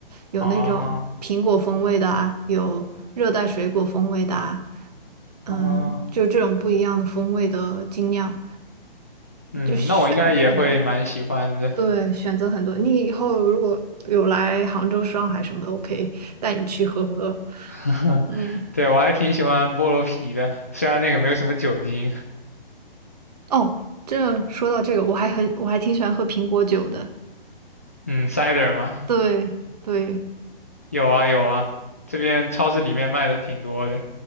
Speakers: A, on the right; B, on the left.
A: 有那种苹果风味的啊，
B: 啊
A: 有热带水果风味的啊，嗯，
B: 啊！
A: 就这种不一样的风味的精酿，
B: 嗯，
A: 就选选。
B: 那我应该也会蛮喜欢的。
A: 对，选择很多。你以后如果有来杭州、上海什么的，我可以带你去喝喝。
B: <laughs>
A: 嗯，
B: 对，我还挺喜欢菠萝啤的，虽然那个没有什么酒精。
A: 哦，这说到这个，我还很我还挺喜欢喝苹果酒的。
B: 嗯，cider 吗？
A: 对对，
B: 有啊有啊，这边超市里面卖的挺多的。